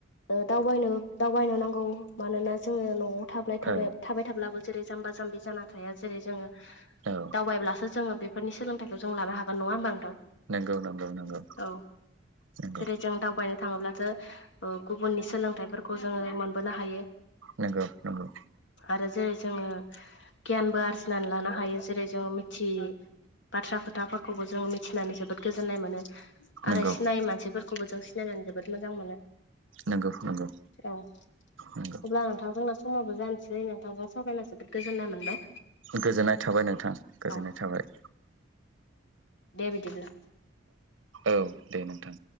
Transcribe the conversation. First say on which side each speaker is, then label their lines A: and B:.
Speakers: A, on the left; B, on the right.
A: दावबायनो दावबायनो नांगौ मानोना जोङो न'आव थाबाय
B: औ
A: थाबाय थाब्लाबो जेरै जाम्बा जाम्बि जाना थाया जेरै जोङो
B: औ
A: दावबायब्लासो जोङो बे बेफोरनिनि सोलोंथायखौ जों लानो हागोन नङाहोमबा नोंथां
B: नंगौ नंगौ नंगौ
A: औ
B: नंगौ
A: जेरै जों दावबायनो थाङोब्लाथो ओ गुबुननि सोलोंथाइफोरखौ जोङो मोनबोनो हायो
B: नंगौ नंगौ नंगौ
A: आरो जेरै जोङो गियानबो आरजिनानै लानो हायो जेरै जोंङो मिथि बाथ्रा खोथाफोरखौबो जोङो मिथिनानै जोबोद गोजोननाय मोनो
B: नंगौ
A: आरो सिनायै मानसिफोरखौबो जों सिनायनानै जोबोद मोजां मोनो
B: नंगौ नंगौ
A: औ
B: नंगौ
A: अब्ला नोंथां जोंना समा जानोसै नोंथांजों सावरायना जोबोद गोजोन्नाय मोनबाय
B: गोजोननाय थाबाय नोंथां गोजोननाय
A: औ
B: थाबाय
A: दे बिदिब्ला
B: औ दे नोंथां